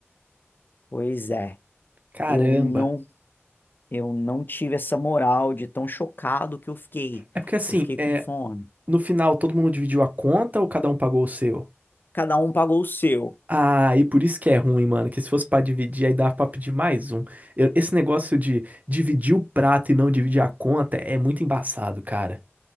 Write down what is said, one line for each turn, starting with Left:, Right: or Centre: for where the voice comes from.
Left: pois é.
Right: Caramba.
Left: Eu não, eu não tive essa moral de tão chocado que eu fiquei.
Right: É porque assim,
Left: Eu fiquei
Right: é,
Left: com fome.
Right: no final todo mundo dividiu a conta ou cada um pagou o seu?
Left: Cada um pagou o seu.
Right: Ah, e por isso que é ruim, mano. Que se fosse pra dividir, aí dava pra pedir mais um. Eu- esse negócio de dividir o prato e não dividir a conta é muito embaçado, cara.